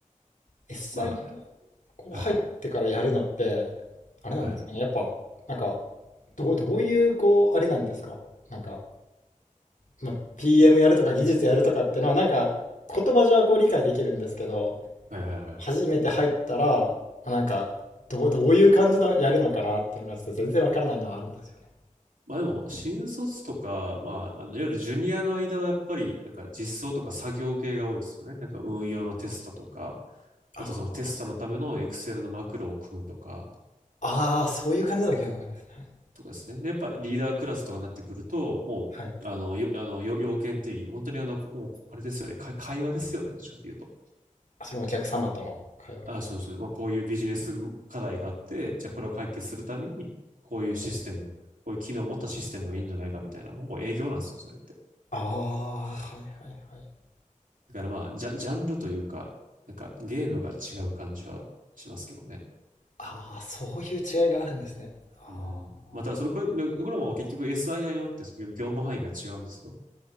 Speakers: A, on the left; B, on the right.
A: SI
B: ま
A: こう入ってからやるのって、
B: あ、はい。
A: あれなんですかね。
B: はい。
A: やっぱ、なんか、どう、どういう、こう、あれなんですか。なんか、まあ、PM やるとか技術やるとかってのは、なんか、言葉上はこう理解できるんですけど、
B: はいはいはい。
A: 初めて入ったら、あなんか、どう、どういう感じのやるのかなっていうのが、ちょっと全然わからないのはあるんですよね。
B: まあでも、新卒とか、まあ、あの、いわゆるジュニアの間はやっぱり、なんか実装とか作業系が多いですよね。なんか運用のテストとか、
A: あ
B: あとそのテストのためのエクセルのマクロを組むとか、
A: あー、そういう感じの業務なんですね。
B: とかですね。で、やっぱリーダークラスとかになってくると、もう、
A: はい。はい
B: あの、よ、あの、よ要件定義、本当にあの、こもうあれですよね、会、会話ですよね、どっちかっていうと。
A: そのお客様との会話。
B: あ、そうそう、まあ、こういうビジネス課題があって、じゃあこれを解決するために、こういうシステム、こういう機能を持ったシステムがいいんじゃないかみたいな、もう営業なんですよ、それって。
A: ああ、はいはいはい。
B: だからまあ、ジャ、ジャンルというか、なんかゲームが違う感じはしますけどね。
A: ああ、そういう違いがあるんですね。ああ、
B: うん。また、それ、これ、これも結局 SII によって業務範囲が違うんですよ。